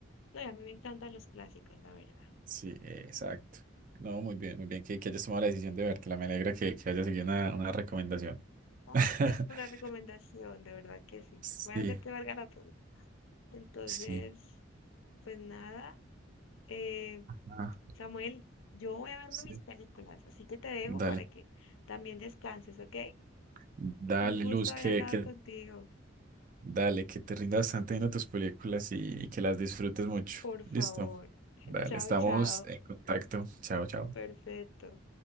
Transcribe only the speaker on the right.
Sí, eh, exacto. No, muy bien, muy bien que, que hayas tomado la decisión de vértela. Me alegra que, que hayas seguido una, una recomendación.
<laughs>
Sí,
sí.
Ah,
sí.
Dale,
dale,
Luz,
que,
que
Dale, que te rinda bastante viendo tus películas y, y que las disfrutes mucho.
Listo.
Dale,
estamos
en contacto. Chao, chao.